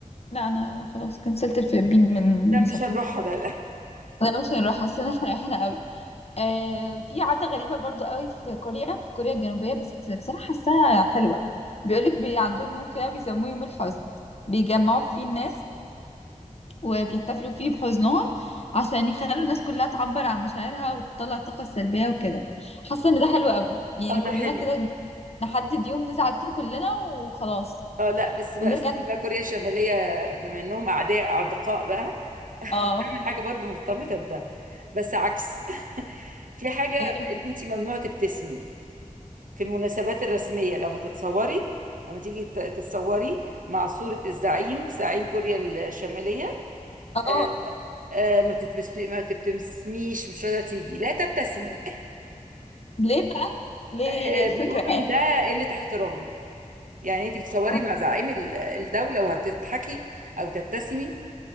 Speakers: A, on the left; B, on the right.
A: لا أنا خلاص كنسلت الفلبين من من
B: لا مش
A: سفري
B: هنروحها لا لا
A: لا مش هنروح حاسة إن احنا رايحين قوي آه، في عادة غريبة برضو قوي في كوريا في كوريا الجنوبية بس بصراحة حاساها حلوة بيقولك بي عندهم يوم كده بيسموه يوم الحزن بيجمعوا فيه الناس وبيحتفلوا فيه بحزنهم عشان يخلوا الناس كلها تعبر عن مشاعرها وتطلع الطاقة السلبية وكده حاسة ان ده حلو قوي يعني
B: اه ده
A: كلنا
B: حلو
A: كده نحدد يوم نزعل فيه كلنا وخلاص
B: اه لا بس بقى
A: ونرجع
B: شوفي
A: تاني.
B: بقى كوريا الشماليه بما انهم اعداء اعدقاء بقى
A: اه
B: تعمل حاجه برضو مرتبطه بده بس عكس <laughs> في حاجه
A: ايه
B: ان انت ممنوع تبتسمي في المناسبات الرسمية لو هتتصوري لما تيجي ت- تتصوري مع صورة الزعيم زعيم كوريا الشمالية
A: اه
B: آه، آه، ما تتبسمي ما تبتسميش مش راضية تيجي لا تبتسمي
A: ليه بقى ليه
B: آه،
A: ايه الفكرة
B: بيقولوا ان ده قلة احترام يعني انت بتصوري
A: اه
B: مع زعيم ال- الدولة وهتضحكي او تبتسمي